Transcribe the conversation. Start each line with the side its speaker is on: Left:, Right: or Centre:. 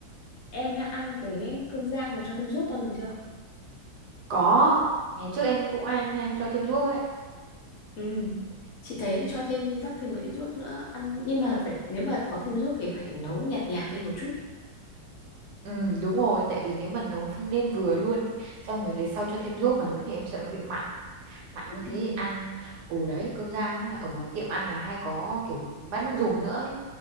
Left: em đã ăn cái cơm rang mà cho thêm ruốc bao giờ chưa
Right: Có, ngày trước em cũng ăn, ăn cho thêm ruốc ấy.
Left: ừ chị thấy cho thêm rắc thêm một ít ruốc nữa ăn nhưng mà phải nếu mà có thêm ruốc thì phải nấu nhạt nhạt đi một chút
Right: Ừ, đúng rồi, tại vì nếu mà nấu nêm vừa luôn ý, xong rồi về sau cho thêm ruốc vào nữa thì em sợ nó bị mặn. mặn
Left: ừ
Right: như thế ăn ù đấy cơm rang á, ở ngoài tiệm ăn là hay có kiểu bát nước dùng nữa ấy